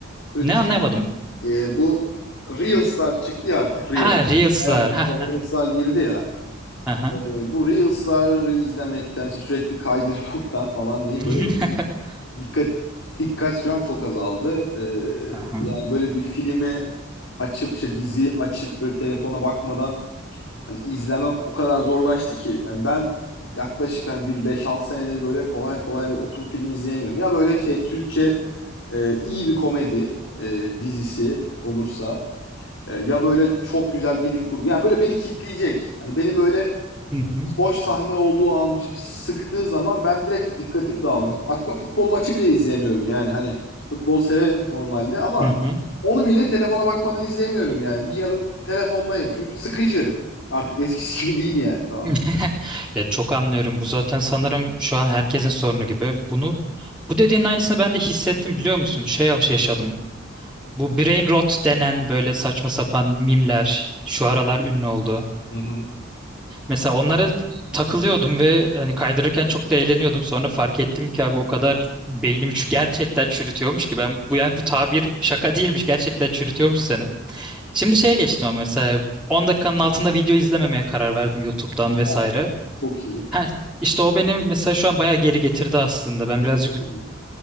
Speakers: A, on the left; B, in the centre.
A: Böyle,
B: Ne anlayamadım.
A: di- e, bu Reels'lar çıktı ya artık Reel.
B: Ha Reels'lar.
A: Hayatımıza
B: Ha
A: Reels'lar
B: ha.
A: girdi ya.
B: Aha.
A: E, bu Reels'lar izlemekten, işte sürekli kaydırmaktan falan diyeyim
B: <laughs>
A: böyle dikkat dikkat sürem çok azaldı. E,
B: Aha.
A: yani böyle bir filmi açıp işte diziyi açıp böyle telefona bakmadan hani izlemem o kadar zorlaştı ki. Yani ben yaklaşık hani bir beş altı senedir böyle kolay kolay bir oturup film izleyemiyorum. Ya böyle şey Türkçe e, iyi bir komedi e, dizisi olursa e, ya böyle çok güzel bilim kurgu. Yani böyle beni kitleyecek. Hani beni böyle
B: Hı hı.
A: boş sahne olduğu an bir şey sıktığı zaman ben direkt dikkatim dağılıyor. Artık ben futbol maçı bile izleyemiyorum yani hani futbol severim normalde ama
B: Hı hı.
A: onu bile telefona bakmadan izleyemiyorum yani. Bir yarım telefondayım çünkü sıkıcı. Artık eskisi <laughs> gibi değil yani falan.
B: <laughs> Ya çok anlıyorum. Bu zaten sanırım şu an herkesin sorunu gibi. Bunu bu dediğin aynısını ben de hissettim biliyor musun? Şey yaş- yaşadım. Bu brain rot denen böyle saçma sapan mimler şu aralar ünlü oldu.
A: Hı hı.
B: Mesela onlara takılıyordum ve hani kaydırırken çok da eğleniyordum. Sonra fark ettim ki abi o kadar beynimi çü- gerçekten çürütüyormuş ki ben bu yani bu tabir şaka değilmiş. Gerçekten çürütüyormuş seni. Şimdi şeye geçtim ama mesela 10 dakikanın altında video izlememeye karar verdim YouTube'dan vesaire.
A: Ha, Çok iyi.
B: Ha, işte o beni mesela şu an bayağı geri getirdi aslında. Ben birazcık
A: Hı.